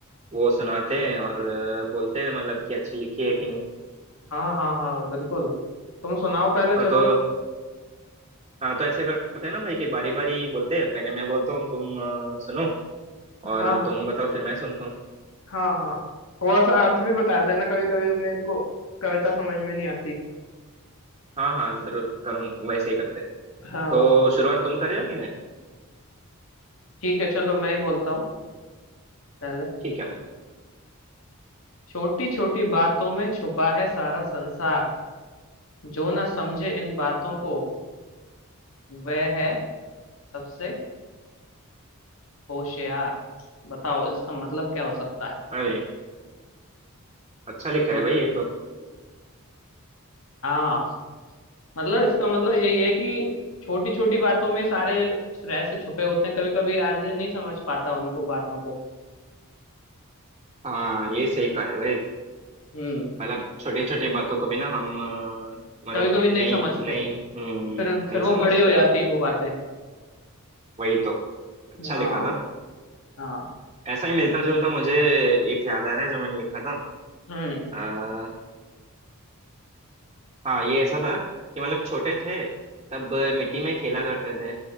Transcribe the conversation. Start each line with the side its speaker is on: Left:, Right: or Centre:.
Right: वो सुनाते हैं और अ, बोलते हैं मतलब कि अच्छी लिखी है कि नहीं
Left: हाँ हाँ हाँ बिल्कुल तुम सुनाओ पहले
Right: हाँ
Left: चलो
Right: तो हाँ तो ऐसे करते हैं ना भाई कि बारी बारी बोलते हैं पहले मैं बोलता हूँ तुम अ, सुनो और
Left: हाँ हाँ
Right: तुम बताओ फिर मैं सुनता हूँ
Left: हाँ हाँ थोड़ा सा अर्थ भी बता देना कभी कभी मेरे को कविता समझ में नहीं आती
Right: हाँ हाँ जरूर करूँ वैसे ही करते हैं
Left: हाँ
Right: तो शुरुआत तुम कर रहे हो कि मैं
Left: ठीक है चलो मैं ही बोलता हूँ पहले
Right: ठीक है भाई
Left: छोटी छोटी बातों में छुपा है सारा संसार जो ना समझे इन बातों को वह है सबसे होशियार बताओ इसका मतलब क्या हो सकता है
Right: अरे अच्छा लिखा
Left: तुम
Right: है भाई ये तो
Left: हाँ मतलब इसका मतलब यही है कि छोटी छोटी बातों में सारे रहस्य छुपे होते हैं कभी कभी आदमी नहीं समझ पाता उनको बातों को
Right: हाँ ये सही कहा है भाई
Left: हम्म
Right: मतलब छोटे छोटे बातों को भी ना हम अ, मतलब
Left: कभी कभी नहीं
Right: नहीं
Left: समझते
Right: नहीं हम्म
Left: फिर
Right: नहीं
Left: फिर वो
Right: समझते
Left: बड़ी हो जाती
Right: हो
Left: हैं वो बातें
Right: वही तो अच्छा
Left: हाँ
Right: लिखा था
Left: हाँ
Right: ऐसा ही मिलता जुलता मुझे एक याद आ रहा है जो मैंने लिखा था
Left: हम्म
Right: आ, हाँ ये ऐसा था कि मतलब छोटे थे तब मिट्टी में खेला करते थे